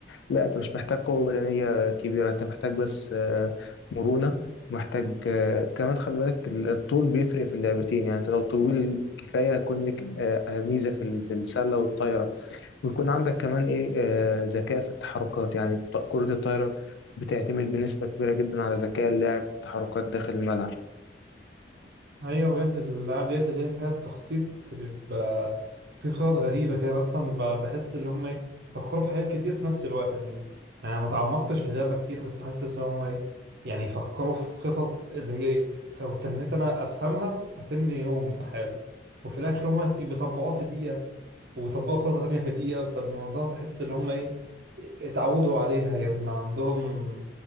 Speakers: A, on the left; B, on the right.
A: لا انت مش محتاج قوة بدنية كبيرة انت محتاج بس آه، مرونة محتاج آه، كمان خلي بالك ال- الطول بيفرق في اللعبتين يعني انت لو طويل كفاية يكون لك آه، آه، ميزة في ال- في السلة والطايرة ويكون عندك كمان ايه آه، ذكاء في التحركات يعني الط- كرة الطايرة بتعتمد بنسبة كبيرة جدا على ذكاء اللاعب في التحركات داخل الملعب
B: ايوه بجد الالعاب ديت اللي هي فيها التخطيط بيبقى في خطط غريبه كده اصلا ب- بحس اللي هم ايه فكروا في حاجات كتير في نفس الوقت يعني انا ما تعمقتش في اللعبه كتير بس حاسس ان هم ايه يعني يفكروا في خطط اللي هي إيه، لو تنيت انا افهمها هتني يوم بحاله وفي الاخر هم بيطبقوها في دقيقه ويطبقوا خطه تانيه في دقيقه فالموضوع بحس ان هم ايه اتعودوا عليها يعني ما عندهم